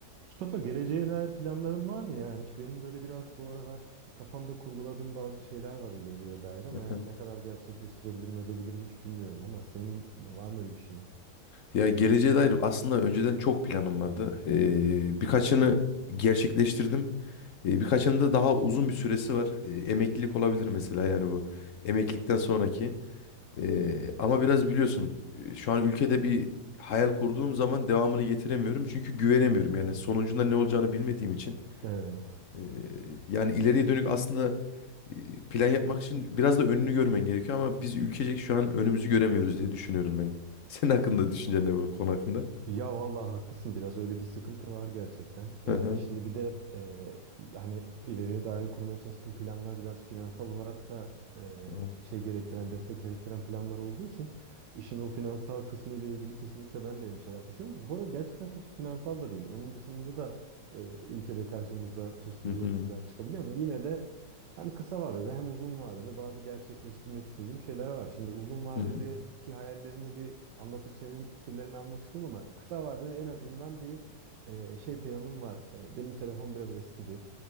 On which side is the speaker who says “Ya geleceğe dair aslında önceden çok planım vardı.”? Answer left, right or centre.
Left